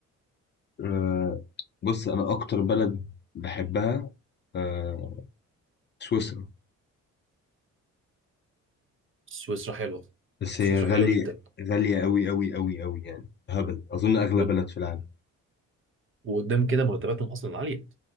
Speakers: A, on the left; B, on the right.
A: أه بص أنا أكتر بلد بحبها أه سويسرا
B: سويسرا حلوه
A: بس
B: سويسرا
A: هي غالية
B: حلوه جدا
A: غالية أوي أوي أوي أوي يعني هبل أظن أغلى
B: ود-
A: بلد في العالم
B: وقدام كده مرتباتهم اصلا عاليه